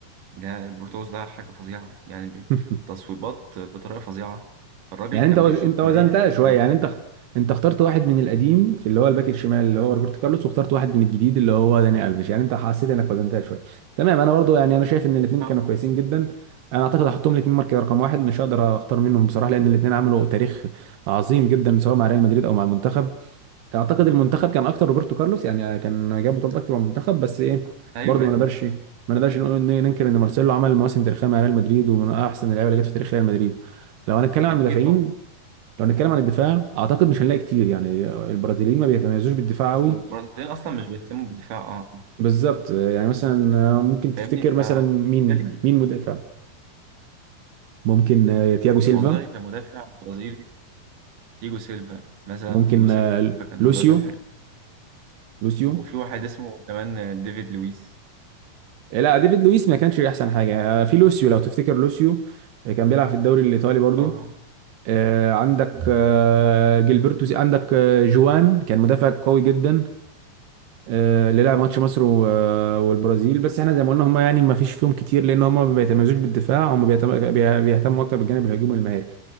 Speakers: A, on the right; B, on the right.
A: ده روبرتو كارلوس ده حاجة فظيعة يعني بي-
B: <laughs>
A: تصويبات بطريقة فظيعة الراجل
B: يعني
A: كان
B: أنت وز...
A: بيشوط
B: أنت وزنتها
A: من أي حتة في
B: شوية
A: الملعب
B: يعني أنت اخت- أنت اخترت واحد من القديم في اللي هو الباك الشمال اللي هو روبرتو كارلوس واخترت واحد من الجديد اللي هو داني ألفيش يعني أنت حسيت إنك وزنتها شوية تمام أنا برضو يعني أنا شايف إن الاتنين
A: اه
B: كانوا كويسين جدا أنا أعتقد هحطهم الاتنين مركز رقم واحد مش هقدر أختار منهم بصراحة لأن الاتنين عملوا تاريخ عظيم جدا سواء مع ريال مدريد أو مع المنتخب اعتقد المنتخب كان اكتر روبرتو كارلوس يعني كان جاب بطولات اكتر من المنتخب بس ايه
A: أيوه
B: برضه
A: أيوه
B: ما نقدرش ما نقدرش نقول إن- ننكر ان مارسيلو عمل مواسم تاريخيه مع ريال مدريد ومن احسن اللعيبه اللي جت في تاريخ ريال مدريد لو هنتكلم عن المدافعين
A: أكيد طبعا
B: لو هنتكلم عن الدفاع اعتقد مش هنلاقي كتير يعني البرازيليين ما بيتميزوش بالدفاع قوي
A: أصل البرازيل أصلا مش بيهتموا بالدفاع اه
B: بالظبط يعني مثلا ممكن تفتكر
A: فاهمني فبالنسبة
B: مثلا مين
A: لي
B: مين مدافع ممكن تياجو سيلفا
A: والله كمدافع برازيلي تيجو سيلفا مثلا
B: ممكن
A: تيجو سيلفا كان
B: لوسيو
A: مدافع حلو
B: لوسيو
A: وفي واحد اسمه كمان ديفيد لويس
B: لا ديفيد لويس ما كانش احسن حاجه آه، في لوسيو لو تفتكر لوسيو آه، كان بيلعب في الدوري الايطالي برضو
A: اه
B: آه، عندك آه، جilberto سي- عندك آه، جوان كان مدافع قوي جدا آه، اللي لعب ماتش مصر و- آه، والبرازيل بس احنا زي ما قلنا هم يعني ما فيش فيهم كتير لان هم ما بيتميزوش بالدفاع هم بيتم- بي- بيهتموا اكتر بالجانب الهجومي المهاري